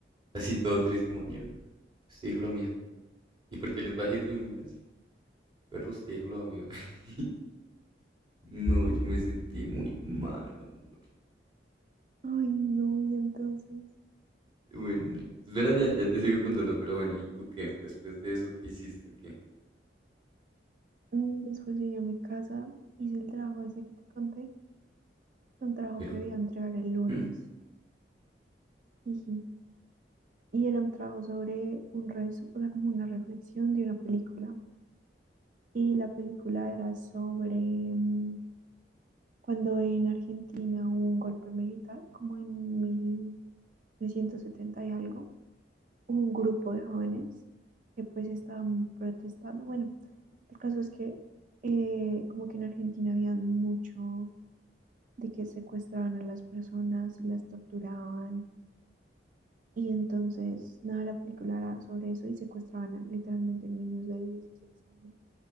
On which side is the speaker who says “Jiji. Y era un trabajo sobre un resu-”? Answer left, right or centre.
Right